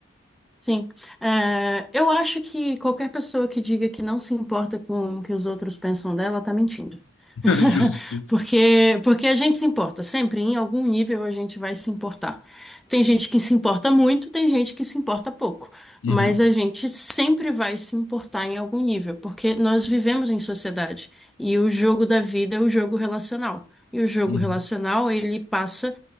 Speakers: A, in the centre; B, on the left (about 80°).
A: Sim, É, eu acho que qualquer pessoa que diga que não se importa com o que os outros pensam dela tá mentindo.
B: <laughs>
A: <laughs>
B: Justo.
A: Porque, porque a gente se importa, sempre em algum nível a gente vai se importar. Tem gente que se importa muito, tem gente que se importa pouco,
B: Uhum,
A: mas a gente sempre vai se importar em algum nível, porque nós vivemos em sociedade e o jogo da vida é o jogo relacional. E o jogo
B: uhum,
A: relacional, ele passa